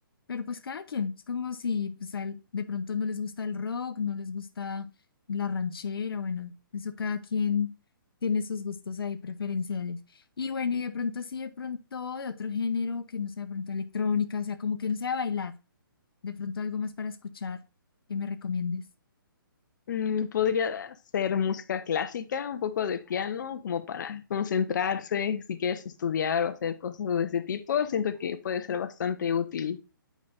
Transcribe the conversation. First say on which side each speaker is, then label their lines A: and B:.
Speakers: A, on the left (about 80°); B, on the left (about 55°).
A: pero pues cada quien, es como si pues a él de pronto no les gusta el rock, no les gusta la ranchera, bueno, eso cada quien tiene sus gustos ahí preferenciales. Y bueno, y de pronto así, de pronto de otro género que no sea de pronto electrónica, o sea, como que no sea bailar. De pronto algo más para escuchar que me recomiendes.
B: Mm, podría ser música clásica, un poco de piano, como para concentrarse, si quieres estudiar o hacer cosas de ese tipo, siento que puede ser bastante útil.